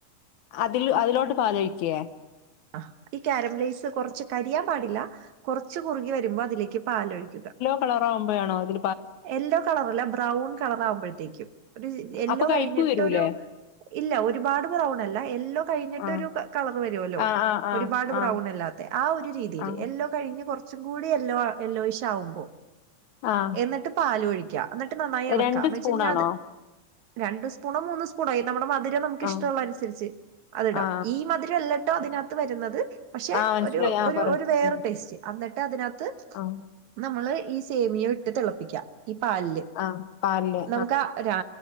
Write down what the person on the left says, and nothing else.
അതിൽ അതിലോട്ട് പാലൊഴിക്കേ?
കളറാവുമ്പഴാണോ അതി
അപ്പൊ കയ്പ്പ്
വരൂലേ
ആ
ആ ആ ആ
ആ
ആ
ആഹ്
രണ്ട്
സ്പൂണാണോ
ആ
ആ
ആ മനസ്സിലായി
ആ
പറ
ഉം
ആ
ആ പാലില്